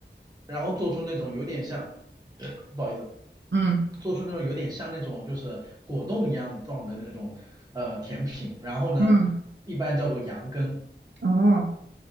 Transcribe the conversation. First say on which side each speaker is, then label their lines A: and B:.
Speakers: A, on the right (about 20°); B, on the right (about 75°).
A: 然后做出那种有点像，<clears throat> 不好意思。
B: 嗯
A: 做出那种有点像那种就是果冻一样状的那种呃甜品，然后呢，
B: 嗯，
A: 一般叫做羊羹，
B: 哦